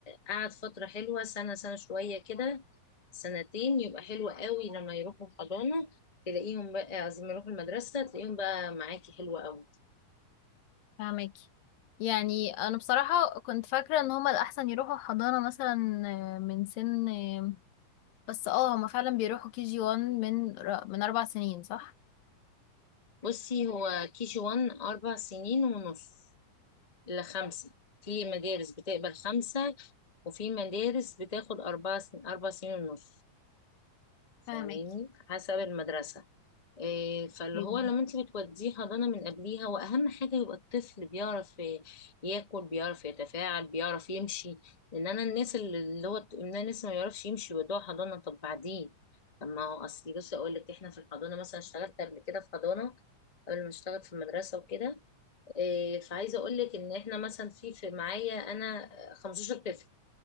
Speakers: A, on the left; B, on the left.
A: قعد فترة حلوة سنة سنة شوية كده سنتين يبقى حلو قوي لما يروحوا الحضانة تلاقيهم بقى عايزين يروحوا المدرسة تلاقيهم بقى معاكي حلوة قوي
B: فاهمك يعني انا بصراحة كنت فاكرة ان هما الاحسن يروحوا حضانة مثلا آه، من سن آه، بس اه هما فعلا بيروحوا كي جي 1 من ر- من اربع سنين صح
A: بصي هو كي جي وان اربع سنين ونص لخمسة في مدارس بتقبل خمسة وفي مدارس بتاخد أربعة سن... أربع سنين ونص
B: فاهمك
A: فاهماني حسب المدرسة إيه فاللي
B: اوكي.
A: هو لما انت بتوديه حضانة من قبليها وأهم حاجة يبقى الطفل بيعرف ياكل بيعرف يتفاعل بيعرف يمشي لأن أنا الناس اللي هو إن أنا لسه ما يعرفش يمشي ويودوه حضانة طب بعدين طب ما هو أصلي بصي أقول لك إحنا في الحضانة مثلا اشتغلت قبل كده في حضانة قبل ما اشتغل في المدرسة وكده إيه، فعايزه اقول لك ان احنا مثلا في في معايا انا 15 طفل